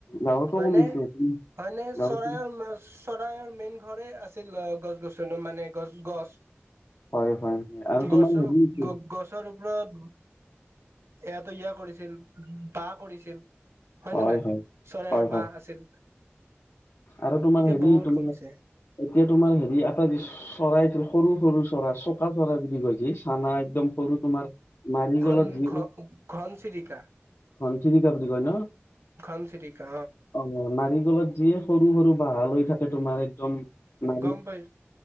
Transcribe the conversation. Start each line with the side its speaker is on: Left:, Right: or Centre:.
Left: গাঁৱতো
Right: হয়
Left: কমিছে
Right: নে?
Left: তুমি
Right: হয় নে?
Left: গাঁৱতো
Right: চৰায়ো মাছ চৰাইঅৰ মেইন ঘৰে আছিল আ-গছ গছনি মানে গছ, গছ।
Left: হয় হয় হয়। আৰু তোমাৰ
Right: গছৰ-গ-গছৰ
Left: হেৰি আছে,
Right: ওপৰত এ-এতেইয়া কৰিছিল বা কৰিছিল
Left: হয়,
Right: নে নাই?
Left: হয়।
Right: চৰাইৰ
Left: হয়, হয়,
Right: বাহ আছিল
Left: আৰু তোমাৰ
Right: এতিয়া
Left: হেৰি
Right: বহুত
Left: তোমা-এতিয়া
Right: কমিছে
Left: তোমাৰ হেৰি আ যিচ চৰাই সৰু, সৰু চৰাই চকা চৰাই বুলি কৈযি চানা একদম সৰু তোমাৰ মাৰি
Right: ঘন
Left: গলত যি,
Right: ঘন ঘন চিৰিকা
Left: ঘনচিৰিকা <unintelligible> কয় ন।
Right: ঘন চিৰিকা
Left: অ' নাৰিকলত যিয়ে সৰু, সৰু বাঁহা লৈ থাক তোমাৰ একদম নাৰি,
Right: গম পাই